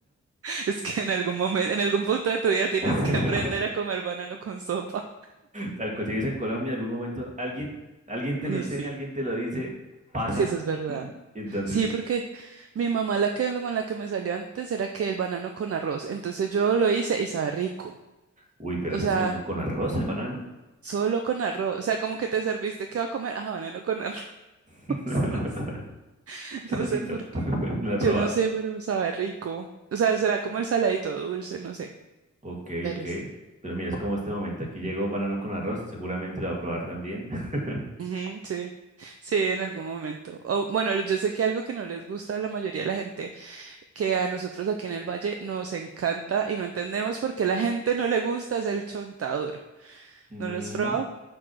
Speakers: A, on the right; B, on the right.
A: <laughs> Es que en algún momento, en algún punto de tu vida tienes
B: <laughs>
A: que aprender a comer banano con sopa.
B: Tal cual si vives en Colombia, en algún momento alguien, alguien te
A: Uy,
B: lo enseña,
A: sí.
B: alguien te lo dice, pasa.
A: Sí, eso es verdad.
B: <laughs> Y entonces,
A: Sí, porque mi mamá, la que con la que me salió antes, era que el banano con arroz. Entonces yo lo hice y sabe rico.
B: uy, pero
A: O
B: es
A: sea,
B: así no, con arroz el banano.
A: solo con arroz. O sea, como que te serviste, ¿qué va a comer? Ah, banano con arroz.
B: <laughs>
A: <laughs> No, s-
B: Es
A: no
B: así
A: sé
B: no,
A: por qué.
B: <laughs> no la he probado.
A: Yo no sé, pero sabe rico. O sea, será como el saladito dulce, no sé.
B: Ok,
A: Pero
B: ok.
A: sí.
B: Pero mira, es como este momento. Aquí llegó banano con arroz. Seguramente lo va a probar también. <laughs>
A: Ujú, sí. Sí, en algún momento. O bueno, yo sé que algo que no les gusta a la mayoría de la gente. que a nosotros aquí en el Valle nos encanta y no entendemos por qué la gente no le gusta es el chontaduro.
B: Mm,
A: ¿No lo has probado?